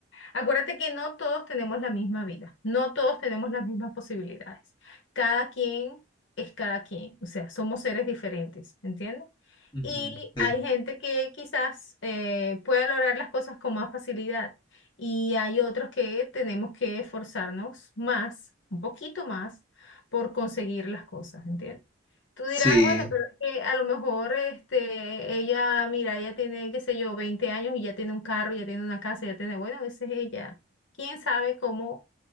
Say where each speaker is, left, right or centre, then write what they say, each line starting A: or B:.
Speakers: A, on the left; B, on the left.
A: acuérdate que no todos tenemos la misma vida, no todos tenemos las mismas posibilidades. Cada quien es cada quien, o sea, somos seres diferentes, ¿entiendes?
B: Ujú,
A: Y
B: sí.
A: hay gente que quizás eh, pueda lograr las cosas con más facilidad. Y hay otros que tenemos que esforzarnos más, un poquito más, por conseguir las cosas, ¿entiendes? Tú
B: Sí,
A: dirás, bueno, pero es que a lo mejor este, ella, mira, ella tiene, qué sé yo, 20 años y ya tiene un carro, ya tiene una casa, ya tiene, bueno, a veces ella, quién sabe cómo,